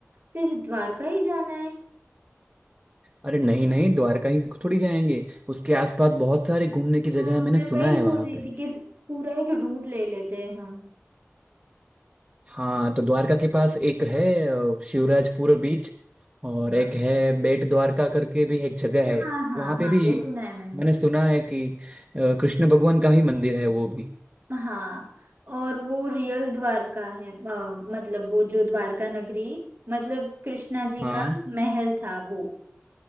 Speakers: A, on the right (about 50°); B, on the right (about 30°).
A: सिर्फ द्वारका ही जाना है
B: अरे नहीं नहीं द्वारका ही थोड़ी जाएंगे उसके आसपास बहुत सारे घूमने की
A: हाँ
B: जगह है
A: मैं
B: मैंने सुना
A: वही
B: है
A: बोल
B: वहाँ
A: रही
B: पे
A: थी कि पूरा एक रूट ले लेते हैं हम
B: हाँ तो द्वारका के पास एक है अ, शिवराजपुर बीच और
A: हाँ
B: एक है बेट द्वारका करके भी एक जगह
A: हाँ
B: है
A: हाँ
B: वहाँ पे
A: हाँ
B: भी
A: वो सुना है मैंने
B: मैंने सुना है कि अ, कृष्ण भगवान का ही मंदिर है वो भी
A: हाँ और वो रियल द्वारका है अ, मतलब वो जो द्वारका नगरी मतलब कृष्णा जी
B: हाँ
A: का महल था वो